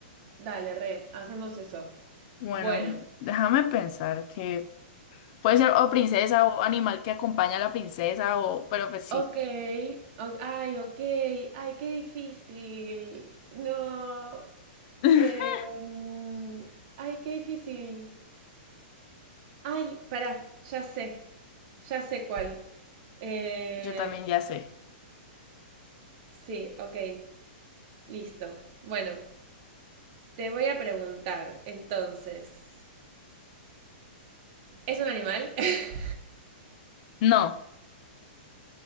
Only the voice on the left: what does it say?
Bueno,
déjame pensar que puede ser o princesa o animal que acompaña a la princesa o, pero pues sí,
<laughs>
yo también ya sé.
No,